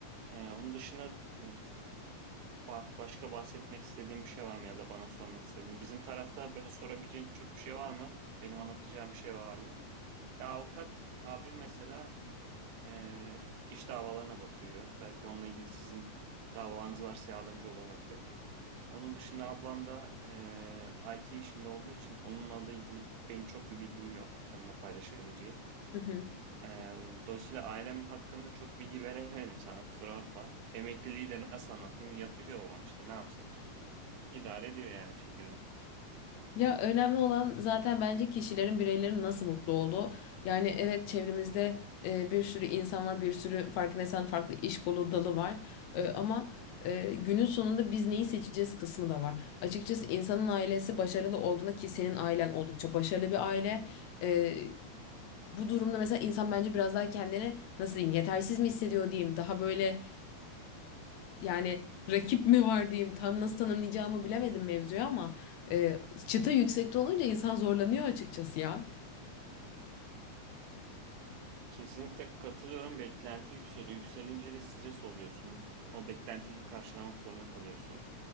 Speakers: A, on the right; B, on the left.
A: e, onun dışında e, Bah, başka bahsetmek istediğim bir şey var mı ya da bana sormak istediğin? Bizim tarafta böyle sorabileceğin çok bir şey var mı? Benim anlatacağım bir şey var mı? Ya avukat abim mesela e, iş davalarına bakıyor. Belki onunla ilgili sizin davanız varsa yardımcı olabilir. Onun dışında ablam da e, IT işinde olduğu için onunla da ilgili benim çok bir bilgim yok seninle paylaşabileceğim.
B: Hı hı.
A: E, dolayısıyla ailem hakkında çok bilgi veremedim sana kusura bakma. Emekliliği de nasıl anlatayım? Yatıyor babam işte ne yapsın? İdare ediyor yani bir şekilde.
B: Ya önemli olan zaten bence kişilerin, bireylerin nasıl mutlu olduğu. Yani evet çevremizde e, bir sürü insan var, bir sürü farkındaysan farklı iş kolu dalı var. E, ama e, günün sonunda biz neyi seçeceğiz kısmı da var. Açıkçası insanın ailesi başarılı olduğunda ki senin ailen oldukça başarılı bir aile. e, bu durumda mesela insan bence biraz daha kendini nasıl diyeyim yetersiz mi hissediyor diyeyim. Daha böyle yani rakip mi var diyeyim tam nasıl tanımlayacağımı bilemedim mevzuyu ama e, çıta yüksekte olunca insan zorlanıyor açıkçası ya.
A: Kesinlikle katılıyorum. Beklenti yükseliyor. Yükselince de stres oluyorsun. O beklentiyi karşılamak zorunda kalıyorsun.